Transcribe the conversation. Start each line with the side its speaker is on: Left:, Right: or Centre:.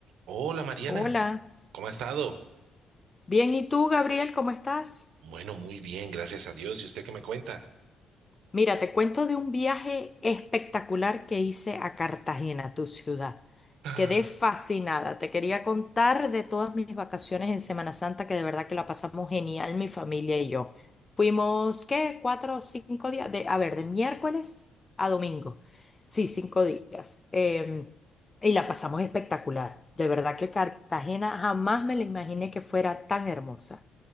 Right: Hola Mariana,
Left: Hola,
Right: ¿cómo ha estado?
Left: bien, ¿y tú, Gabriel, cómo estás?
Right: Bueno, muy bien, gracias a Dios. ¿Y usted qué me cuenta?
Left: Mira, te cuento de un viaje espectacular que hice a Cartagena, tu ciudad.
Right: Ah,
Left: Quedé fascinada, te quería contar de todas mis vacaciones en Semana Santa, que de verdad que la pasamos genial, mi familia y yo. Fuimos, ¿qué? Cuatro o cinco días, de, a ver, de miércoles a domingo. Sí, cinco días. Em, y la pasamos espectacular. De verdad que Cartagena jamás me la imaginé que fuera tan hermosa.